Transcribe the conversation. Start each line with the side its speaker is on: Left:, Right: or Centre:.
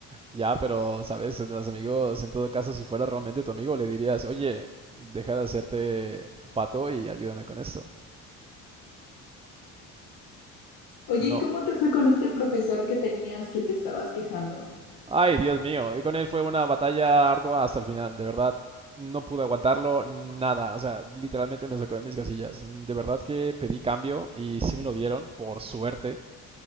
Right: ya, pero, ¿sabes? Los amigos, en todo caso, si fuera realmente tu amigo, le dirías, oye, deja de hacerte pato y ayúdame con esto.
Left: Oye,
Right: No.
Left: ¿y cómo te fue con este profesor que tenías que te estabas quejando?
Right: Ay, Dios mío. Y con él fue una batalla ardua hasta el final, de verdad. No pude aguantarlo, nada. O sea, literalmente me sacó de mis casillas. De verdad que pedí cambio y sí me lo dieron, por suerte.